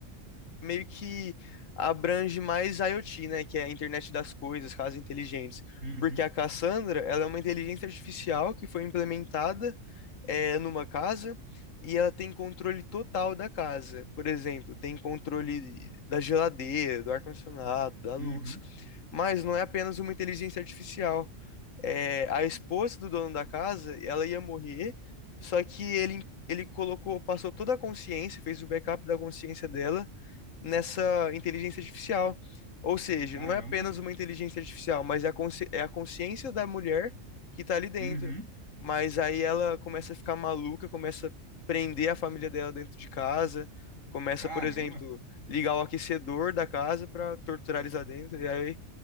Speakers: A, on the left (about 75°); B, on the right (about 75°).
A: meio que abrange mais IoT, né? Que é a internet das coisas, casas inteligentes.
B: Uhum.
A: Porque a Cassandra, ela é uma inteligência artificial que foi implementada é, numa casa e ela tem controle total da casa. Por exemplo, tem controle da geladeira, do ar-condicionado, da
B: Uhum.
A: luz. Mas não é apenas uma inteligência artificial. É, a esposa do dono da casa, ela ia morrer, só que ele, ele colocou, passou toda a consciência, fez o backup da consciência dela nessa inteligência artificial. Ou seja,
B: Caramba.
A: não é apenas uma inteligência artificial, mas é a consci- é a consciência da mulher que tá ali dentro.
B: Uhum.
A: Mas aí ela começa a ficar maluca, começa a prender a família dela dentro de casa, começa,
B: Caramba.
A: por exemplo, ligar o aquecedor da casa pra torturar eles lá dentro. E aí,